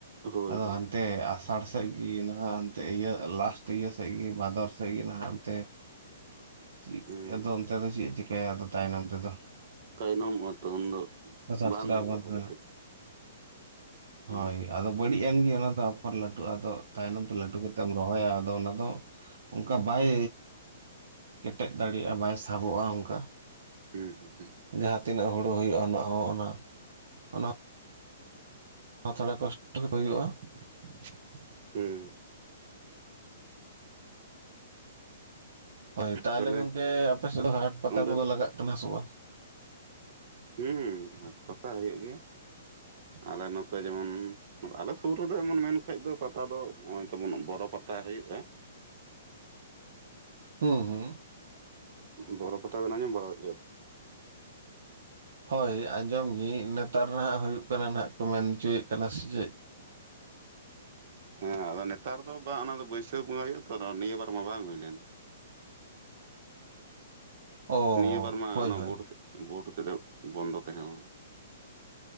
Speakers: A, on the right (about 50°); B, on the right (about 65°).
A: ᱦᱳᱭ
B: ᱟᱫᱚ
A: ᱦᱳᱭ
B: ᱦᱟᱱ ᱛᱮ ᱟᱥᱟᱲ ᱥᱮᱫ ᱜᱮ ᱤᱭᱟᱹ ᱱᱟᱦᱟᱜ ᱮᱱᱛᱮ ᱤᱭᱟᱹ ᱞᱟᱥᱴ ᱤᱭᱟᱹ ᱵᱷᱟᱫᱚᱨ ᱥᱮᱜᱮ ᱱᱟᱦᱟᱜ ᱟᱫᱟ <unintelligible>
A: ᱦᱮᱸ
B: ᱱᱚᱛᱮ ᱫᱚ ᱪᱮᱫ ᱪᱤᱠᱟᱭᱟ ᱫᱚ ᱛᱟᱭᱱᱚᱢ ᱛᱮ ᱫᱚ᱾
A: ᱛᱟᱭᱱᱚᱢᱚᱜᱼᱟ ᱛᱚ ᱩᱱ ᱫᱚ
B: ᱟᱥᱟᱲ
A: ᱵᱟᱝ
B: ᱥᱨᱟᱵᱚᱱ
A: ᱦᱳᱭᱳᱜᱼᱟ ᱦᱳᱲᱳ
B: ᱦᱮᱸ
A: ᱴᱷᱤᱠ ᱦᱮᱸ
B: ᱦᱳᱭ ᱟᱫᱚ ᱵᱟᱹᱲᱤᱡ ᱮᱱ ᱜᱮ ᱚᱱᱟ ᱫᱚ ᱟᱯᱷᱚᱨ ᱞᱟᱹᱴᱩᱜ-ᱟ᱾ ᱟᱫᱚ ᱛᱟᱭᱚᱢᱱᱚᱢ ᱛᱮ ᱞᱟᱹᱴᱩ ᱠᱟᱛᱮᱢ ᱨᱚᱦᱚᱭᱟ ᱟᱫᱚ ᱚᱱᱟ ᱫᱚ᱾ ᱚᱱᱠᱟ
A: ᱦᱮᱸ
B: ᱵᱟᱭ ᱠᱮᱴᱮᱡ ᱫᱟᱲᱮᱭᱟᱜ-ᱟ᱾ ᱵᱟᱭ ᱥᱟᱵᱚᱜ-ᱟ ᱚᱱᱠᱟ᱾
A: ᱦᱮᱸ ᱦᱮᱸ
B: ᱡᱟᱦᱟᱸᱛᱤᱱᱟᱹᱜ ᱦᱩᱲᱩ ᱦᱩᱭᱩᱜ-ᱟ ᱚᱱᱟ ᱦᱚᱸ ᱚᱱᱟ ᱚᱱᱟ ᱛᱷᱚᱲᱟ ᱠᱚᱥᱴᱚ ᱜᱮᱛᱚ ᱦᱩᱭᱩᱜᱼᱟ᱾
A: <unintelligible> ᱦᱩᱸ
B: ᱦᱳᱭ ᱛᱟᱦᱚᱞᱮ
A: ᱛᱟᱦᱞᱮ
B: ᱜᱚᱝᱠᱮ ᱟᱯᱮ ᱥᱮᱫ ᱫᱚ ᱦᱟᱴ ᱯᱟᱛᱟ
A: ᱚᱸᱰᱮ
B: ᱠᱚᱫᱚ ᱞᱟᱜᱟᱜ ᱠᱟᱱᱟ ᱥᱮ ᱵᱟᱝ?.
A: ᱦᱩᱸ ᱦᱟᱴᱯᱟᱛᱟ ᱦᱩᱭᱩᱜ ᱜᱮᱭᱟ ᱟᱞᱮ ᱱᱚᱛᱮ ᱡᱮᱢᱚᱱ ᱟᱞᱮ ᱥᱩᱨ ᱨᱮᱫᱚ ᱮᱢᱚᱱ ᱢᱮᱱᱠᱷᱟᱡ ᱫᱚ ᱯᱟᱛᱟ ᱫᱚ ᱱᱚᱜ-ᱚᱭ ᱛᱟᱵᱚᱱ ᱵᱚᱨᱚ ᱯᱟᱛᱟ ᱦᱩᱭᱩᱜᱼᱟ
B: ᱦᱩᱸ ᱦᱩᱸ
A: ᱵᱚᱨᱚ ᱯᱟᱛᱟ ᱵᱮᱱ ᱟᱸᱡᱚᱢ ᱵᱟᱲᱟ ᱠᱟᱫ ᱜᱮᱭᱟ
B: ᱦᱳᱭ ᱟᱸᱡᱚᱢ ᱜᱤᱭᱟᱹᱧ ᱱᱮᱛᱟᱨ ᱱᱟᱜ ᱦᱩᱭᱩᱜ ᱠᱟᱱᱟ ᱱᱟᱦᱟᱜ ᱠᱚ ᱢᱮᱱ ᱦᱚᱪᱚᱭᱮᱫ ᱠᱟᱱᱟ ᱥᱮ ᱪᱮᱫ
A: ᱦᱮᱸ ᱟᱫᱚ ᱱᱮᱛᱟᱨ ᱫᱚ ᱵᱟ ᱚᱱᱟ ᱫᱚ ᱵᱟᱹᱭᱥᱟᱹᱠᱷ ᱵᱚᱸᱜᱟ ᱦᱩᱭᱩᱜ-ᱟ ᱛᱚ ᱱᱤᱭᱟᱹ ᱵᱟᱨ ᱢᱟ ᱵᱟᱝ ᱦᱩᱭ ᱞᱮᱱ
B: ᱚ
A: ᱱᱤᱭᱟᱹ ᱵᱟᱨ ᱢᱟ
B: ᱦᱳᱭ
A: ᱚᱱᱟ
B: ᱦᱳᱭ
A: ᱵᱷᱳᱴ ᱦᱚᱛᱮᱛᱮ ᱵᱷᱳᱴ ᱦᱚᱛᱮᱛᱮ ᱵᱚᱱᱫᱚ ᱛᱟᱦᱮᱸ ᱞᱮᱱᱟ